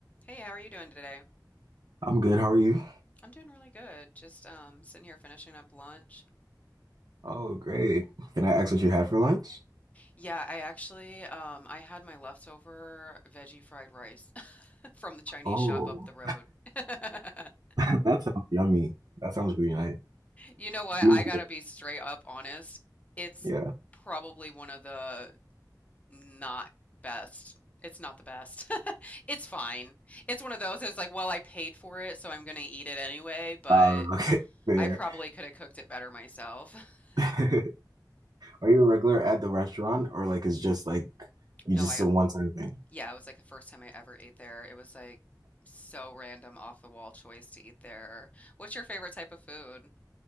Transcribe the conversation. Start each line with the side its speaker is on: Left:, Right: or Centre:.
Left: Hey, how are you doing today?
Right: I'm good. How are you?
Left: I'm doing really good. Just um sitting here finishing up lunch.
Right: Oh, great. Can I ask what you had for lunch?
Left: Yeah, I actually um I had my leftover veggie fried rice <laughs> from the Chinese
Right: Oh,
Left: shop up the road. <laughs>
Right: <laughs> that sounds yummy. That sounds really nice.
Left: You know what?
Right: You-
Left: I
Right: enjoy-
Left: gotta be straight up honest. It's
Right: Yeah.
Left: probably one of the not best. It's not the best. <laughs> It's fine. It's one of those that's like, well, I paid for it, so I'm gonna eat it anyway, but
Right: Um, okay, <laughs> fair.
Left: I probably could have cooked it better myself. <laughs>
Right: <laughs> Are you a regular at the restaurant or like it's just like you
Left: No,
Right: just
Left: I
Right: a one-time thing?
Left: Yeah, it was like the first time I ever ate there. It was like so random, off the wall choice to eat there. What's your favorite type of food?